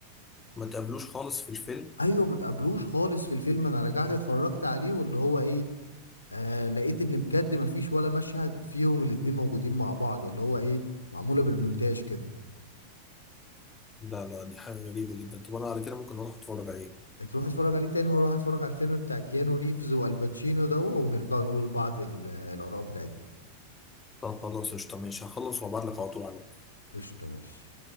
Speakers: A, on the left; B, on the left.
A: ما تقابلوش خالص في الفيلم
B: ايوه ما تقابلوش خالص في الفيلم انا رجعت اتفرجت عليه واللي هو ايه آه لقيت ان بجد ما فيش ولا مشهد فيهم الاتنين موجودين مع بعض اللي هو ايه معمولة بالمونتاج كده
A: لا لا دي حاجة غريبة جدا طب أنا على كده ممكن أروح أتفرج عليه
B: تروح اتفرج عليه تاني مرة روح اتفرج على الفيلم بتاع كيانو ريفز والباتشينو ده ونرجع نقول لبعض ال- الاراء بتاعتنا
A: طب خلاص قشطة ماشي هخلص وأبعتلك على طول على الواتس.
B: قشطة ماشي